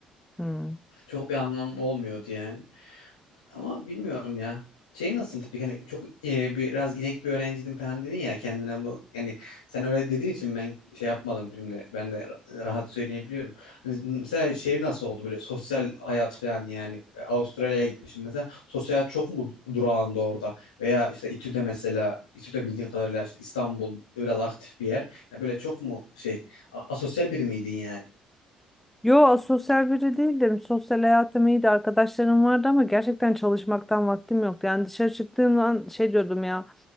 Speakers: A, in the centre; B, on the left (about 80°).
A: hmm.
B: Çok bir anlam olmuyordu yani. Ama bilmiyorum ya. Şey nasıldı peki? Hani çok e, biraz inek bir öğrenciydim falan dedin ya kendine bu yani sen öyle dediğin için ben şey yapmadım şimdi. Ben de ra- rahat söyleyebiliyorum. Hani mesela şehir nasıl oldu böyle sosyal hayat falan yani E, Avustralya'ya gitmişim mesela sosyal hayat çok mu durağında orada veya işte İTÜ'de mesela İTÜ'de bildiğin kadarıyla işte İstanbul biraz aktif bir yer. Yani böyle çok mu şey a- asosyal biri miydin yani?
A: Yo, sosyal biri değildim. Sosyal hayatım iyiydi. Arkadaşlarım vardı ama gerçekten çalışmaktan vaktim yoktu. Yani dışarı çıktığım an şey diyordum ya.